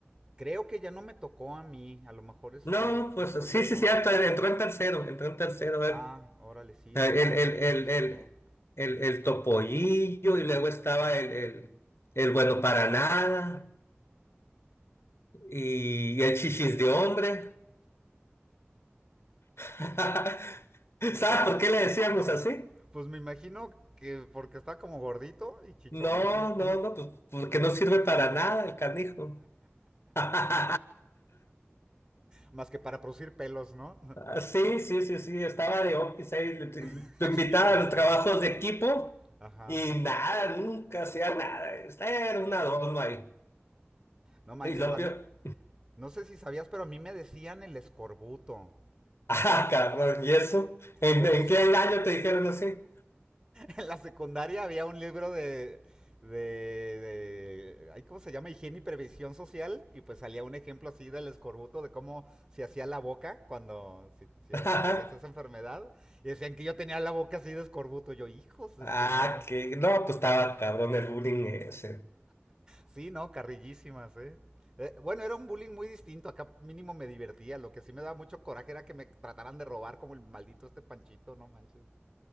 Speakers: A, on the right; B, on the left.
A: Creo que ya no me tocó a mí, a lo mejor este
B: No, pues
A: entró luego.
B: sí, sí, cierto, él entró en tercero, entró en tercero él.
A: Ah, órale, sí,
B: El,
A: ese no,
B: el, el,
A: no me sonó.
B: el, el, el- el topollillo y luego estaba el, el, el bueno para nada y, y el chichis de hombre. <laughs> ¿Sabes por qué le decíamos así?
A: Pues me imagino que porque está como gordito y chichón
B: No,
A: o qué.
B: no,
A: <laughs>
B: no, pues porque no sirve para nada el canijo. <laughs>
A: Más que para producir pelos, ¿no?
B: Ah, Sí, sí, sí, sí, estaba de office ahí, le- te,
A: <laughs>
B: te invitaba
A: Chichis, o
B: a los trabajos
A: sea,
B: de equipo
A: Ajá.
B: y nada, nunca hacía nada, era un adorno ahí.
A: No manches,
B: Y lo
A: a
B: peor,
A: mí. No sé si sabías, pero a mí me decían el escorbuto.
B: <laughs> ah, cabrón, ¿y eso? ¿En,
A: Pues
B: en
A: es.
B: qué año
A: <laughs>
B: te dijeron así?
A: En la secundaria había un libro de. De, de ay, ¿cómo se llama? Higiene y previsión social. Y pues salía un ejemplo así del escorbuto, de cómo se hacía la boca cuando si, si
B: <laughs>
A: adquirías esa enfermedad. Y decían que yo tenía la boca así de escorbuto. Yo, hijos de
B: Ah,
A: su madre.
B: que no, pues estaba cabrón el bullying ese.
A: Sí, no, carrillísimas, ¿eh? Eh, Bueno, era un bullying muy distinto. Acá mínimo me divertía. Lo que sí me daba mucho coraje era que me trataran de robar como el maldito este Panchito, no manches.